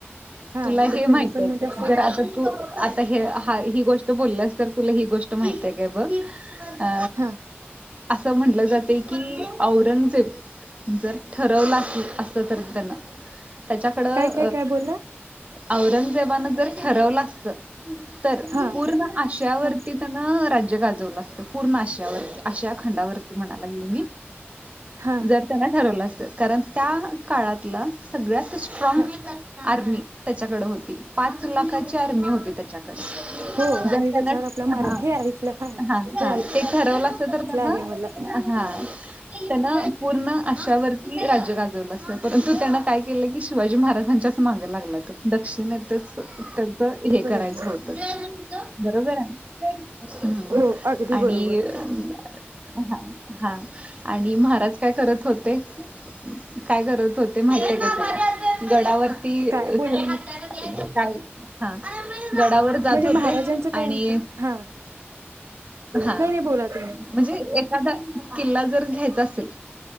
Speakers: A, on the right; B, on the right.
A: हा
B: तुला
A: तर
B: हे
A: त्यांनी
B: माहित
A: पण
B: आय
A: म्हणजे
B: काय,
A: असं
B: जर आता तू आता हे हा ही गोष्ट बोलल्यास तर तुल ही गोष ट माहिताय काय बघ. अ
A: हा
B: असं म्हणलं जातंय की औरंगजेब जर ठरवलं असल असत तर तेन त्याच्याकडं
A: काय काय काय बोलला
B: अ औरंगजेबान जर ठरवलं असत, तर
A: हा
B: पूर्ण आशियावर
A: हा
B: ह राज्य गाजवलं असतं, पूर्ण आशियावरती आशिया खंडावरती म्हणा लागले मी,
A: हा
B: जर त्यांन ठरवलं असत कारण त्या काळातला सगळ्या त स्ट्रॉंग
A: हा
B: आर्मी त्याच्याकड होती, पाच लाखा ची आर्मी होती त्याच्याकडे
A: हो
B: जर
A: आणि
B: त्यान
A: त्याच्यावर आपला
B: हा
A: महाराज हे ऐकलं
B: हा हा
A: हे ऐकलं
B: ते ठरवल असत तर म्हण
A: आहे मला
B: अहा तेन पूर्ण अशा वरती राज्य गाजवलं असत, परंतु त्यांन काय केलं की शिवाजी महाराजांच्याच माग लागला तो दक्षिणेतच त <unintelligible> त
A: बरोबर
B: हे करायचं
A: आहे
B: होत <unintelligible> बरोबराय <unintelligible> हम्म्
A: हो अगदी
B: आणि
A: बरोबर
B: अ हा हा आणि महाराज काय करत होते, उ काय करत होते माहिताय का तुला? गडावर ती अ
A: काय बोला
B: ह <unintelligible>
A: ना म्हणजे
B: हा <unintelligible> गडावर जात
A: म्हणजे
B: होते
A: महाराजांचं काय
B: आणि
A: होतं हा
B: हा
A: नाही नाही बोला तुम्ही
B: म्हणजे एखादा किल्ला जर घ्यायचा असेल